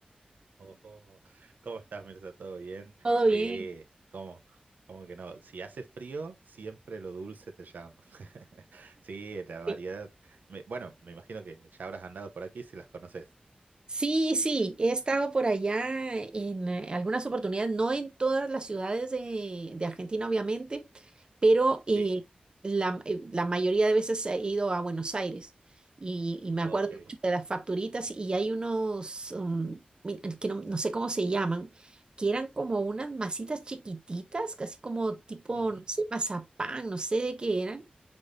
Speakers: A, on the right; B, on the right.
A: Oh, oh, ¿cómo estás, Mirza? ¿Todo bien?
B: Todo
A: Sí,
B: bien.
A: ¿cómo, cómo que no? Si hace frío, siempre lo dulce te llama. <laughs> Sí, la variedad.
B: Sí.
A: me- bueno, me imagino que ya habrás andado por aquí si las conoces.
B: Sí, sí, he estado por allá en eh, algunas oportunidades, no en todas las ciudades de, de Argentina, obviamente, pero eh,
A: Sí,
B: la, eh, la mayoría de veces he ido a Buenos Aires y, y me
A: ok.
B: acuerdo mucho de las facturitas y hay unos, um, mi- es que no, no sé cómo se llaman, que eran como unas masitas chiquititas, casi como tipo,
A: Ujú,
B: no sé, mazapán, no sé de qué eran,